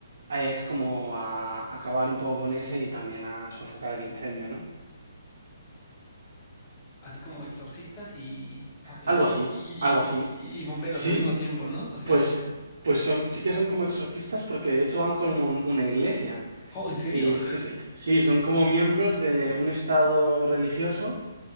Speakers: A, on the right; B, on the left.
A: es como a acabar un poco con ese y también a sofocar el incendio, ¿no?
B: Así como exorcistas y, ah, y,
A: Algo así,
B: y,
A: algo
B: y-
A: así.
B: y- y bomberos
A: Sí,
B: al mismo tiempo, ¿no? O sea,
A: pues, pues son, sí que son como exorcistas porque de hecho van como un- una iglesia.
B: oh, ¿en serio?
A: Y s- s- sí, son como miembros de un estado religioso